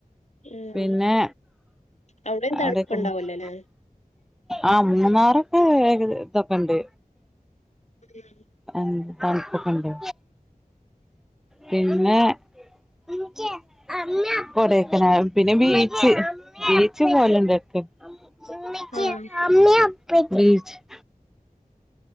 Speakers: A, on the left; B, in the centre.
A: ഉം
B: പിന്നെ
A: അവിടെയും തണുപ്പുണ്ടാവല്ലോല്ലേ
B: ആടെക്കെപോയി ആ മൂന്നാറൊക്കെ ഇതൊക്കെണ്ട്
A: ഉം
B: എ തണുപ്പൊക്കെണ്ട് പിന്നെ <unintelligible> കൊടൈക്കനാൽ പിന്നെ ബീച്ച് ബീച്ച് പോലെണ്ട് <unintelligible>
A: ആഹ്